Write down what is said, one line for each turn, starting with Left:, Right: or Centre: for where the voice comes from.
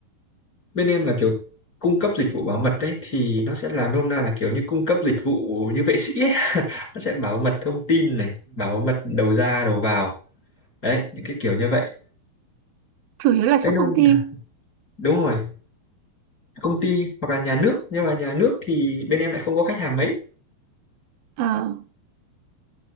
Left: bên em là kiểu cung cấp dịch vụ bảo mật đấy thì nó sẽ là nôm na là kiểu như cung cấp dịch vụ như vệ sĩ ấy. <laughs> nó sẽ bảo mật thông tin này bảo mật đầu ra đầu vào đấy những cái kiểu như vậy
Right: chủ yếu là
Left: đấy
Right: cho
Left: đúng,
Right: công ty
Left: đúng rồi công ty hoặc là nhà nước nhưng mà nhà nước thì bên em lại không có khách hàng mấy
Right: À,